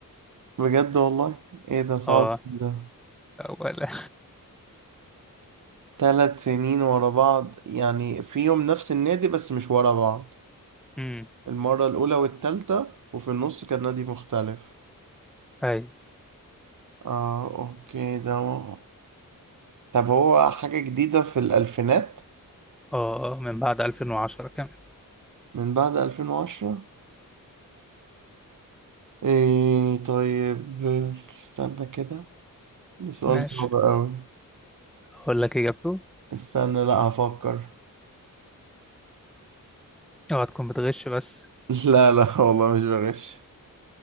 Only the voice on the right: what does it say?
بجد والله ايه ده صعب
ده
ثلاث سنين ورا بعض يعني فيهم نفس النادي بس مش ورا بعض
المرة الأولى والتالتة وفي النص كان نادي مختلف
اه اوكي ده هو. طب هو حاجة جديدة في الألفينات
من بعد 2010 ايه طيب استنى كده ده سؤال
صعب أوي
استنى لا هفكر
<laughs> لا لا والله مش بغش